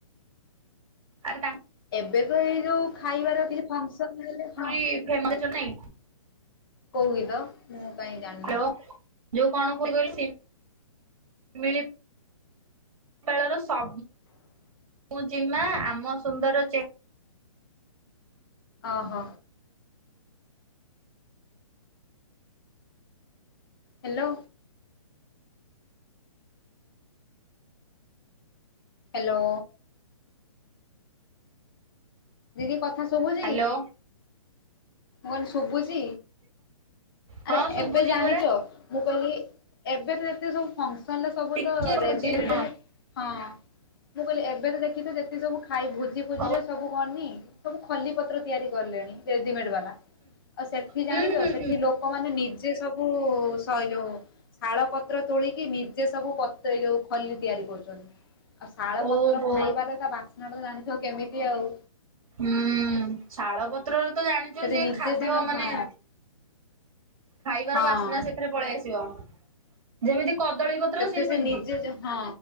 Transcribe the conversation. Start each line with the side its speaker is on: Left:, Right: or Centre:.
Right: ଆରେ ତା
Left: ଏବେ ତ ଏଇ ଯୋଉ ଖାଇବାର କିଛି ଫଙ୍କସନ ହେଲେ ଥାଙ୍କ୍
Right: ପୁରି ଫେମସ ନାଇଁ
Left: କୋଉ ଗିତ ମୁଁ କାଇଁ ଜାଣ
Right: ହେଲୋ ଯୋଉ କଣ ଫୁଲ୍ କହିଲେ ସିଲ୍ ମିଳି ପାଳର ସ ମୁ ଜିମା ଆମ ସୁନ୍ଦର ଚେ
Left: ଅ ହ ହେଲୋ, ହେଲୋ, ଦିଦି କଥା ଶୁଭୁଜି,
Right: ହ୍ୟାଲୋ
Left: ମୁଁ କଇନି ଶୁଭୁଛି
Right: ହଁ
Left: ଆରେ
Right: ଶୁଭୁଛି
Left: ଏବେ ଜାଣିଛ,
Right: ପରା
Left: ମୁଁ କହିଲି ଏବେ ତ ଯେତେ ସବୁ ଫଙ୍କସନ୍ ରେ ସବୁ
Right: ଟିକେ
Left: ତ
Right: ରହୁଛି
Left: ରେଡିମେଡ,
Right: ହଁ
Left: ହଁ ମୁଁ କହିଲି ଏବେ ତ ଦେଖି ତ ଯେତେ ସବୁ ଖାଇ ଭୋଜି ଫୋଜି
Right: ହଉ
Left: ରେ ସବୁ କଣନି, ସବୁ ଖଲି ପତ୍ର ତିଆରି କଲେଣି ରେଡିମେଡ୍ ବାଲା, ଆଉ ସେଠି ଜାଣିଛ
Right: ହୁଁ ହୁଁ
Left: ସେଠି
Right: ହୁଁ
Left: ଲୋକମାନେ ନିଜେ ସବୁ ସଏ ଯୋଉ ଶାଳ ପତ୍ର ତୋଳିକି ନିଜେ ସବୁ ପତେ ଯୋଉ ଖଲି ତିଆରି କରୁଛନ୍ତି, ଆଉ ଶାଳ
Right: ଓହୋ
Left: ପତ୍ର ଖାଇବାରେ ତା ବାସ୍ନାଟା ଜାଣିଛ କେମିତି ଆଉ,
Right: ହୁଁ ଶାଳ ପତ୍ରରେ ତ ଜାଣିଛ
Left: ସେଠି ନିଜେ
Right: ଖାଦ୍ୟ
Left: ସେମାନେ
Right: ମାନେ,
Left: ହଁ
Right: ଖାଇବାର
Left: ହଁ।
Right: ବାସ୍ନା ସେଥିରେ ପଳେଇ ଆସିବ ଯେମିତି କଦଳୀ ପତ୍ର
Left: ସେଥିରେ
Right: ସିଏ
Left: ସେ
Right: ସେମିତି
Left: ନିଜେ ଯ ହଁ,